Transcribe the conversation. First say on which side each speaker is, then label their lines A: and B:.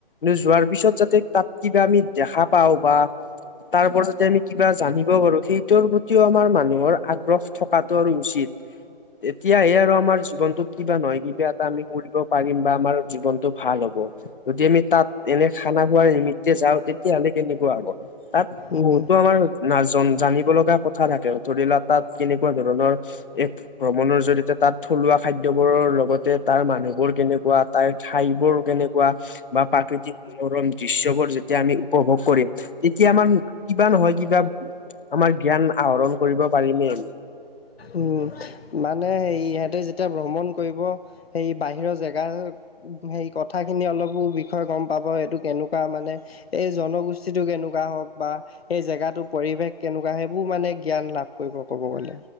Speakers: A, on the left; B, on the left.
A: যোৱাৰ পিছত যাতে তাত কিবা আমি দেখা পাওঁ বা। তাৰ পৰা যাতে আমি কিবা জানিব পাৰো সেইটোৰ প্ৰতিও আমাৰ মানুহৰ আগ্ৰহ থকাতটো আৰু উচিত। এতিয়াহে আৰু আমাৰ জীৱনতত কিবা নহয় কিবা এটা আমি কৰিব পাৰিম বা আমাৰ জীৱনটো। ভাল হ'ব। যদি আমি তাত এনে খানা খোৱাৰ নিমিত্তে যাওঁ তেতিয়াহ'লে কেনেকুৱা হ'ব তাত
B: উম
A: বহুতো। আমাৰ ন জানিব লগা কথা থাকে, ধৰি লোৱা তাত কেনেকুৱা ধৰণৰ এক। ভ্ৰমণৰ জৰিয়তে তাত থলুৱা খাদ্যবোৰৰ লগতে তাৰ মানুহবোৰ কেনেকুৱা তাৰ ঠাইবোৰ কেনেুৱা। কেনেকুৱা বা প্ৰাকৃতিক মনোৰম দৃশ্যবোৰ যেতিয়া আমি। উপভোগ কৰিম, তেতিয়া আমাৰ কিবা নহয় কিবা। আমাৰ জ্ঞান আহৰণ কৰিব পাৰিমেই আমি।
B: উম, মানে হে ইহঁতে যেতিয়া ভ্ৰমণ কৰিব। এই বাহিৰৰ জেগা। হেই কথাখিনি অলপো বিষয়ে গম পাব এইটো কেনেকুৱা মানে। এই জনগোষ্ঠীটো কেনেকুৱা হওক বা। এই জেগাটো পৰিৱেশ কেনেকুৱা সেইবোৰ মানে জ্ঞান লাভ কৰিব ক'ব গ'লে।